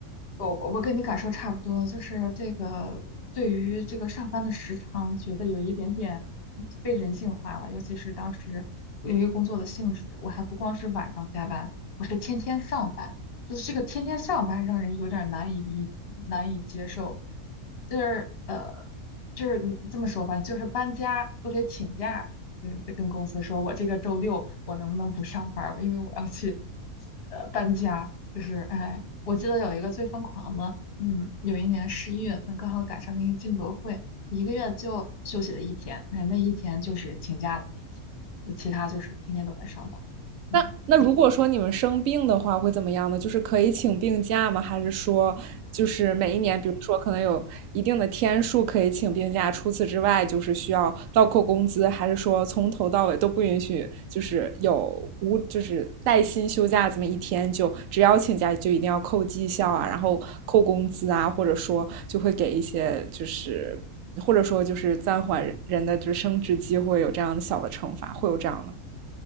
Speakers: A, on the left; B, on the right.
A: 我我我跟你感受差不多，就是这个对于这个上班的时长，觉得有一点点嗯被人性化了，尤其是当时由于工作的性质，我还不光是晚上加班，我是天天上班，就是这个天天上班让人有点难以理难以接受，就是呃，就是你这么说吧，就是搬家都得请假，跟跟公司说，我这个周六我能不能不上班儿吧，因为我要去呃搬家。就是哎，我记得有一个最疯狂的，嗯，有一年十一月份刚好赶上那个进博会，一个月就休息了一天，哎，那一天就是请假的那一天，其他就是天天都在上班。嗯。
B: 那那如果说你们生病的话，会怎么样呢？就是可以请病假吗？还是说，就是每一年，比如说可能有一定的天数可以请病假，除此之外就是需要倒扣工资，还是说从头到尾都不允许，就是有无就是带薪休假这么一天就，只要请假就一定要扣绩效啊，然后扣工资啊，或者说就会给一些就是或者说就是暂缓人的就是升职机会，有这样的小的惩罚，会有这样的